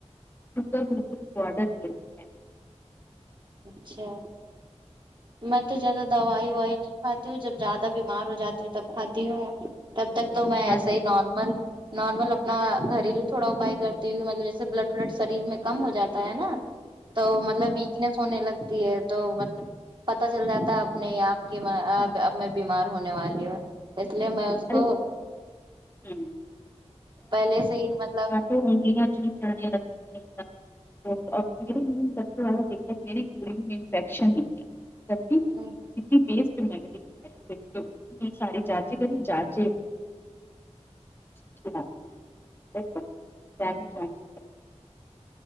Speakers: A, on the left; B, on the right.
A: شوگر بالکل بورڈر پے ہے
B: اچھا میں تو زیادہ دوائی وائی کھاتی ہوں جب زیادہ بیمار ہو جاتی ہوں تب کھاتی ہوں تب تک تو میں ایسا
A: یار
B: ہی نارمل نارمل اپنا گریلو تھوڑا اپائے کرتی ہوئی مطلب جیسے بلڈ ولڈ شریر میں کم ہو جاتا ہے نا تو مطلب ویکنیس ہونے لگتی ہے تو مطلب پتا چل جاتا ہے اپنے آپ کی اب میں بیمار ہونے والی ہوں اس لیے میں
A: ارے
B: تو
A: ہوں
B: پہلے سے ہی مطلب
A: تو <unintelligible> لگتی ہیں ایک <unintelligible>
B: مطلب
A: سب سے زیادہ میری <unintelligible> کیوری میں انفیکشن <unintelligible>
B: <unintelligible>
A: <unintelligible> سارے جاچے کریں جاچے <unintelligible>